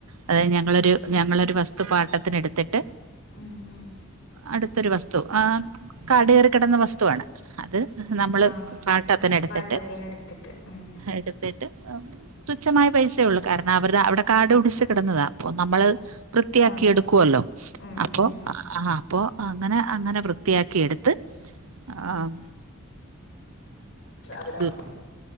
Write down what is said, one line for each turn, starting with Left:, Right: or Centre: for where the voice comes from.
Right: അതായത്
Left: ഉം
Right: ഞങ്ങളൊരു
Left: ഉം
Right: ഞങ്ങളൊരു വസ്തു പാട്ടത്തിന ടുത്തിട്ട്
Left: ഉം ഉം
Right: അടുത്തൊരു വസ്തു ആ കാട് കയറിക്കിടന്ന വസ്തുവാണ് അത് നമ്മള്
Left: ആഹ്
Right: പാട്ടത്തിന എടുത്തിട്ട്
Left: പാട്ടത്തിന് എടുത്തിട്ട് ഉം
Right: എടുത്തിട്ട് തുച്ഛമായ പൈസയള്ളു കാരണം അവരു അവിടെ കാട പിടിച്ചു കിടന്നതാ അപ്പൊ നമ്മള് വൃത്തിയാക്കി
Left: ആഹ്
Right: എടുക്കുവല്ലോ
Left: ഉം
Right: അപ്പോ
Left: ഉം
Right: ആഹ അപ്പോ അങ്ങനെ അങ്ങനെ വൃത്തിയാക്കി എടുത്ത് ആഹ്
Left: അവിടെ
Right: ഇത് ഇത്